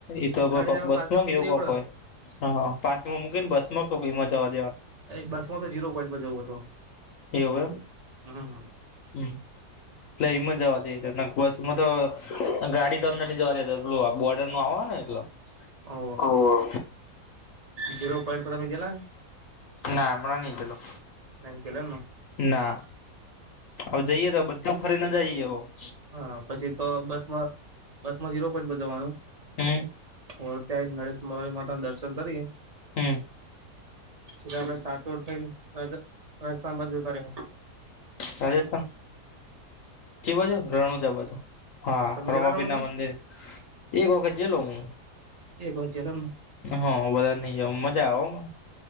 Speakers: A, on the left; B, on the right.
A: એતો <unintelligible>
B: ગાડી આપડે
A: બસમાં
B: પાર્કિંગમાં
A: કે
B: મૂકી
A: એવું
B: દેવી
A: કોક
B: પડે
A: હોય હા પારકિંગમાં મૂકી ને બસમાં <unintelligible> જવા દેવાનું
B: બસ માં તો ઝીરો પોઈન્ટ પર જવું હતો
A: એવું એમ
B: હમ્મ હમ્મ
A: હમ્મ એટલે એમાં જવા દેય નક બસામાં તો ગાડી તો અંદર નય જવા દેતા પેલું બોર્ડર નું આવ હને એટલે
B: ઓ
A: હા.
B: ઝીરો પોઈન્ટ પર તમે ગેલા
A: ના હમણાં નહીં ગયેલો.
B: <unintelligible>
A: ના. હવે જઈએ તો બધું ફરી ને જઈ <unintelligible>
B: હા. પછી તો બસમાં બસમાં ઝીરો પોઈન્ટ બજવવાનું.
A: હમ્મ.
B: <unintelligible> માતા નું દર્શન કરી
A: હમ્મ.
B: સીધા આપડે સાતોર થઈન રાજ રાજસ્થાન બાજુ ઊભા રહે હે.
A: રાજસ્થાન, કી બાજુ? રણુજા બાજુ. હા.
B: તમે
A: રામાપીર
B: ગેલા રણુજા
A: ના મંદિર, એક વખત જઈલો હું.
B: એકવાર જનમ
A: હા. વધાર નહીં <unintelligible> મજા આવે હો ઓમાં.